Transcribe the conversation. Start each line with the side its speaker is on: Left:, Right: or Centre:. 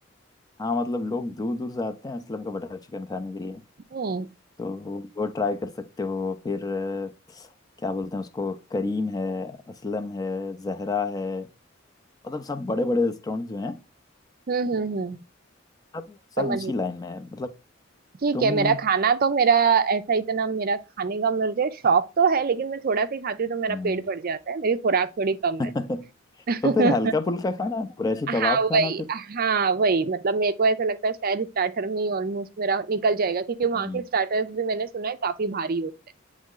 Left: हाँ मतलब लोग दूर दूर से आते हैं असलम का बटर चिकन खाने के लिए
Right: हम्म
Left: तो वो ट्राई कर सकते हो फिर अ, क्या बोलते हैं उसको करीम है असलम है जहरा है मतलब सब बड़े बड़े रेस्टोरेंट जो हैं
Right: हम्म हम्म हम्म,
Left: सब
Right: समझ
Left: सब उसी
Right: गई।
Left: लाइन में है मतलब
Right: ठीक
Left: तुम
Right: है मेरा खाना तो मेरा ऐसा इतना मेरा खाने का मुझे शौक तो है लेकिन मैं थोड़ा सा ही खाती हूँ तो मेरा
Left: हम्म,
Right: पेट भर जाता है मेरी खुराक थोड़ी कम
Left: <laughs>
Right: है <laughs>
Left: तो फिर हल्का फुल्का खाना कुरैशी
Right: हाँ
Left: कबाब
Right: वही
Left: खाना फिर
Right: हाँ वही मतलब मेरे को ऐसा लगता है शायद स्टार्टर में ही ऑलमोस्ट मेरा निकल जाएगा क्योंकि वहाँ
Left: हम्म,
Right: के स्टार्टर्स भी मैंने सुना है काफी भारी होते हैं